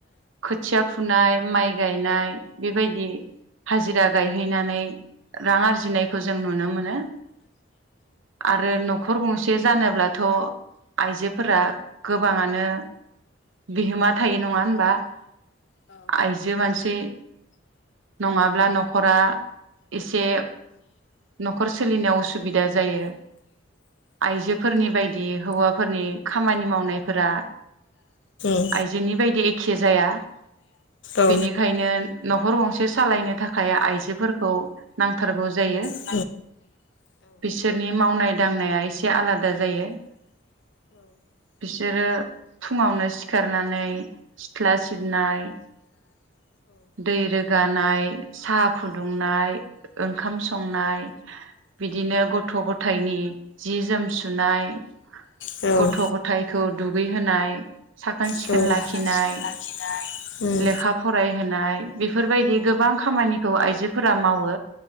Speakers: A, on the right; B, on the left.
A: खोथिया फुनाय माइ गायनाय बेबायदि हाजिरा गायहैनानै रां आरजिनायखौ जों नुनो मोनो। आरो न'खर गंसे जानोब्ला थ' आइजोफोरा गोबाङानो बिहोमा थायो नङा होनबा आयजो मानसि नङाब्ला न'खरा इ से न'खर सोलिनायाव उसुबिदा जायो आइजोफोरनि बायदि हौवाफोरनि खामानि मावनो नायफोरा।
B: औ
A: आइजोनि बायदि एखे जाया
B: औ
A: बेनिखायनो न'खर गंसे सालायनो थाखाय आइजोफोरखौ नांथारगौ जायो
B: होथारगौ साहा
A: बिसोरनि मावनाय दांनाया एसे आलादा जायो। सोरो फुङावनो सि सिखारनानै सिथ्ला सिबनाय दै रोगानाय साहा फुदुंनाय ओंखाम संनाय बिदिनो गथ' गथायाइनि जि जोम सुनाय
B: जोम
A: गथ' ग। आइखौ दुगैहोनाय। साखोन-सिखोन
B: सुनाय
A: लाखिनाय
B: लाखिनाय
A: लेखा फरायहोनाय बेफोरबायदि गोबां खामानिखौ आइजोफोरा मावो